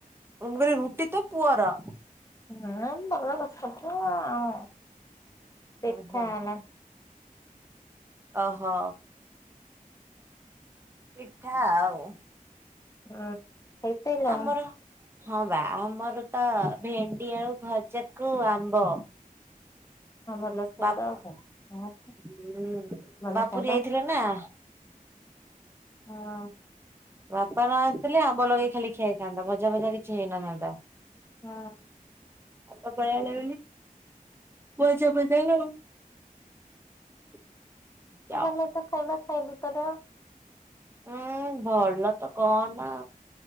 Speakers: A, on the right; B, on the left.
A: ମୁଁ ଗଲି ରୁଟି ତ ପୁଅର?
B: ନାଁ ମୋର ସବୁ ଆଉ। ପିଠା
A: ଅ ହଁ।
B: ହେଲା
A: ଅହୋ ପିଠା ଆଉ
B: <unintelligible> ଖାଇସାଇଲଣି
A: ଆମର ହଁ ବା ଆମର ତ ଭେଣ୍ଡି ଆଳୁ ଭଜାକୁ ଆମ୍ବ
B: ହଁ ଭଲ ଖାଇବା
A: ବାପ
B: ଆଉ କଣ ହଁ ଭଲ
A: ବାପୁରି
B: ଖାଇବା
A: ଯାଇଥିଲେ ନାଁ।
B: ହଁ।
A: ବାପା ନ ଆସିଲଥିଲେ ଆବ ଲଗେଇ ଖାଲି ଖିଆଇଥାନ୍ତା ଭଜା ଭଜା କିଛି ହେଇନଥାନ୍ତ।
B: ହଁ
A: ଆ ପଳଲା ବ ବଜାପଜ ନ <inaudible> ଯାଉ
B: ଭଲ ତ ଖାଇବା ଖାଇବୁ ତର
A: ହୁଁ ଭଲ ତ କହନା।